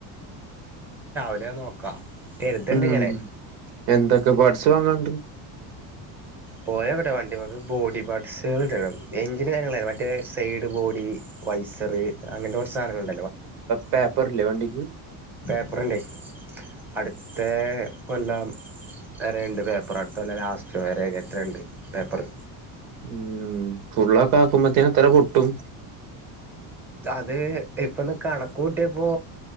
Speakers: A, in the centre; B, on the right.
A: അല്ലേ നോക്കാം കരുതുണ്ട്
B: ഉം
A: ഇങ്ങനെ
B: എന്തൊക്കെ ബഡ്‌സ് വാങ്ങാണ്ട്
A: പോയ കിട്ടാ വണ്ടിമുക്ക് ബോഡി പാർസൾ കിട്ട എഞ്ചി കാര്യങ്ങള മറ്റേ സൈഡ് ബോഡി വൈസറ് അങ്ങനത്തെ കുറ സാധനങ്ങൾണ്ട്
B: പേപ്പർല്ലേ വണ്ടിക്ക്
A: പേപ്പറുണ്ടേ അടുത്ത കൊല്ലം വേറേണ്ട് പേപ്പർ അടുത്തകൊല്ലം ലാസ്റ്റവരെ എത്രണ്ട് പേപ്പറ്
B: ഉം ഫുള്ളൊക്കെ ആക്കുമ്പത്തേന് എത്ര പൊട്ടും
A: അത് ഇപ്പൊന്ന് കണക്ക് കൂട്ടിയപ്പോ